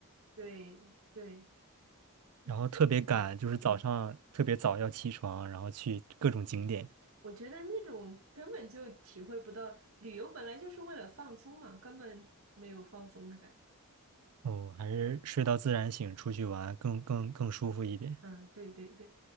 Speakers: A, on the right (about 70°); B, on the right (about 85°).
A: 对对，嗯嗯
B: 然后特别赶，就是早上特别早要起床，然后去各种景点。
A: 嗯，我觉得那种根本就体会不到，旅游本来就是为了放松嘛，根本没有放松的感觉。
B: 哦，还是睡到自然醒，出去玩更更更舒服一点。
A: 啊，对对对，